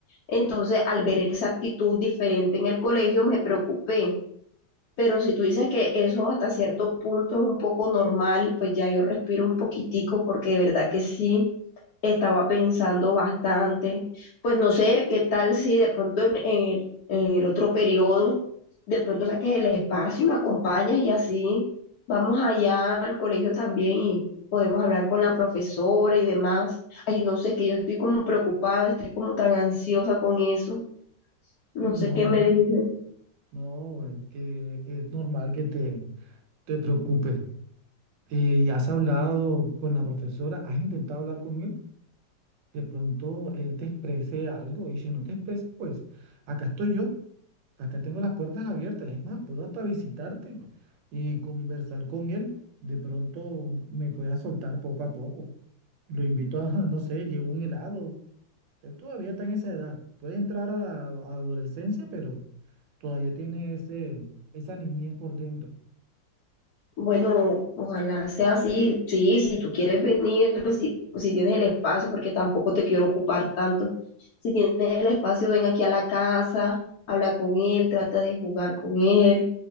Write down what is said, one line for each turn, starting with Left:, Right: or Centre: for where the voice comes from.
Left: Entonces, al ver esa actitud diferente en el colegio, me preocupé. Pero si tú dices que eso hasta cierto punto es un poco normal, pues ya yo respiro un poquitico porque de verdad que sí estaba pensando bastante, pues no sé qué tal si de pronto en el, en el otro periodo, de pronto saques el espacio y me acompañas y así vamos allá al colegio también y podemos hablar con la profesora y demás. Ay, no sé, es que yo estoy como preocupada, estoy como tan ansiosa con eso, no
Right: no,
Left: sé qué me dicen.
Right: no, es que es normal que te te preocupes. Eh, ¿has hablado con la profesora? ¿Has intentado hablar con él? De pronto él te exprese algo y si no te expresa, pues acá estoy yo, acá tengo las puertas abiertas. Es más, puedo hasta visitarte y conversar con él. De pronto me pueda soltar poco a poco. Lo invito a, <laughs> no sé, llevo un helado. Él todavía está en esa edad. Puede entrar a la adolescencia, pero todavía tiene ese, esa niñez por dentro.
Left: Bueno, ojalá sea así. Sí, si tú quieres venir, si, si tienes el espacio, porque tampoco te quiero ocupar tanto. Si tienes el espacio, ven aquí a la casa, habla con él, trata de jugar con él